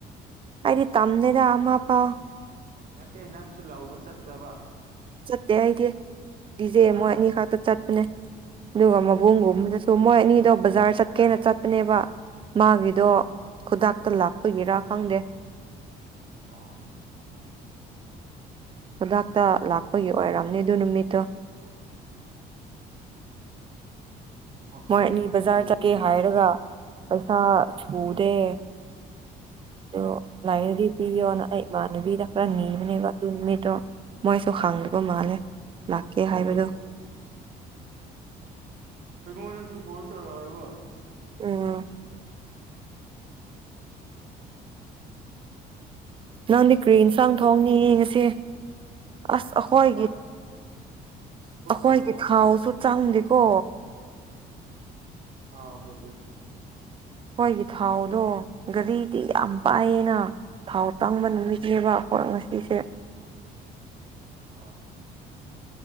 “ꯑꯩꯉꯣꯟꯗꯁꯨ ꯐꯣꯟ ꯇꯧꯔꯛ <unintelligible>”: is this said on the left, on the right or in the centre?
Right